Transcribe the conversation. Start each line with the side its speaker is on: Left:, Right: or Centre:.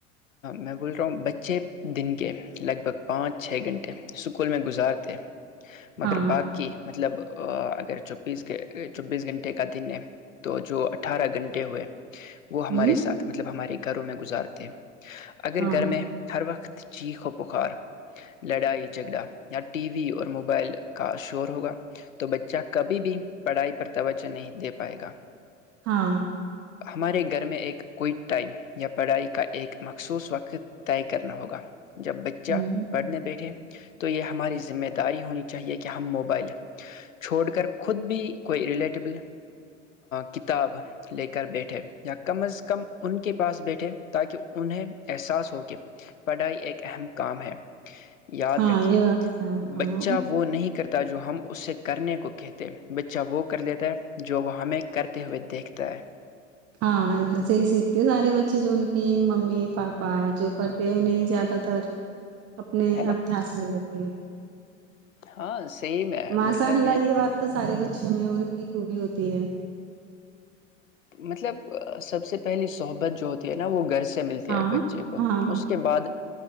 Left: میں بول رہا ہوں بچے دن کے لگ بھگ پانچ چھ گھنٹے اسکول میں گزارتےے مگر
Right: ہاں
Left: باقی مطلب اگر چوبیس چوبیس گھنٹے کا دن ہے تو جو اٹھارہ گھنٹے ہوئے وہ
Right: ہوں
Left: ہمارے ساتھ مطلب ہمارے گھروں میں گزارتے اگر
Right: ہاں
Left: گھر میں ہر وقت چیخ و پخار لڑائی جھگڑا یا ٹی وی اور موبائل کا شور ہوگا تو بچہ کبھی بھی پڑھائی پر توجہ نہیں دے پائے گا
Right: ہاں
Left: ہمارے گھر میں ایک کوئی ٹائم یا پڑھائی کا ایک مخصوص وقت طے کرنا ہوگا جب بچہ
Right: ہ
Left: پڑھنے بیٹھے تو یہ ہماری ذمہ داری ہونی چاہیے کہ ہم موبائل چھوڑ کر خود بھی کوئی ریلیٹیبل کتاب لے کر بیٹھے یا کم از کم ان کے پاس بیٹھے تاکہ انہیں احساس ہو کہ پڑھائی ایک اہم کام ہے یاد
Right: ہاں
Left: رکے
Right: یہ بات ہے ہاں
Left: بچہ وہ نہیں کرتا ت جو ہم اسے کرنے کو کہتے بچہ وہ کر لیتا ہے جو وہ ہمیں کرتے ہوئے دیکھتا ہے
Right: ہاں گھر سے ہی سیکھتی سارے بچے جو ان کی ممی پاپا جو کرتے ہیں انہیں زیادہ تر اپنے
Left: ہے نا
Right: ابیاس میں لیتے ہیں
Left: ہاں سیم ہے
Right: مساء
Left: مطلب
Right: اللہ یہ بات تو ساری ب ا میں ان کی خوبی ہوتی ہے
Left: مطلب سب سے پہلی سحبت جو ہوتی ہے نا وہ گھر سے ملتی
Right: ہاں
Left: ہے ایک بچے کو
Right: ہاں
Left: اس کے بعد